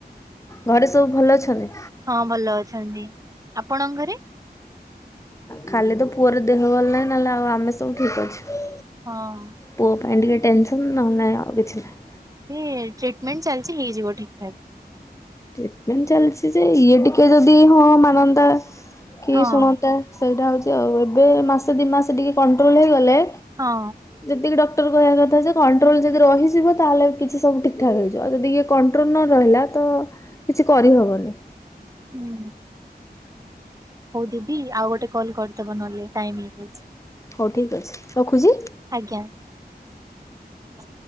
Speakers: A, on the left; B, on the right.
A: ଘରେ ସବୁ ଭଲ ଅଛନ୍ତି?
B: ହଁ ଭଲ ଅଛନ୍ତି। ଆପଣଙ୍କ ଘରେ?
A: ଖାଲି ତ ପୁଅର ଦେହ ଭଲ ନାହିଁ। ନହେଲେ ଆଉ ଆମେ ସବୁ ଠିକ୍ ଅଛୁ।
B: ହଁ।
A: ପୁଅ ପାଇଁ ଟିକେ ଟେନ୍ସନ ନହେଲେ ନାଇଁ ଆଉ କିଛି ନାହିଁ।
B: ଏ ଟ୍ରିଟମେଣ୍ଟ ଚାଲିଛି ହେଇଯିବ ଠିକ ଠାକ।
A: ଟ୍ରିଟମେଣ୍ଟ ଚାଲିଛି ଯେ ଇଏ ଟିକେ ଯଦି ହଁ ମାନନ୍ତା କି
B: ହଁ
A: ଶୁଣନ୍ତା। ସେଇଟା ହେଉଛି ଆଉ। ଏବେ ମାସେ ଦୁଇ ମାସ ଟିକେ କଣ୍ଟ୍ରୋଲ୍ ହେଇଗଲେ
B: ହଁ।
A: ଯେତିକି ଡକ୍ଟର କହିବା କଥା ଯେ କଣ୍ଟ୍ରୋଲ ଯଦି ରହିଯିବ ତାହେଲେ କିଛି ସବୁ ଠିକ ଠାକ ହେଇଯିବ ଯଦି ଇଏ କ କଣ୍ଟ୍ରୋଲ ନ ରହିଲା ତ କିଛି କରିହବନି।
B: ହୁଁ। ହଉ ଦିଦି ଆଉ ଗୋଟେ କଲ୍ କରିଦବ ନହେଲେ ଟାଇମ ହେଇଯାଇଛି।
A: ହଉ ଠିକ୍ ଅଛି ରଖୁଛି।
B: ଆଜ୍ଞା। ହଁ।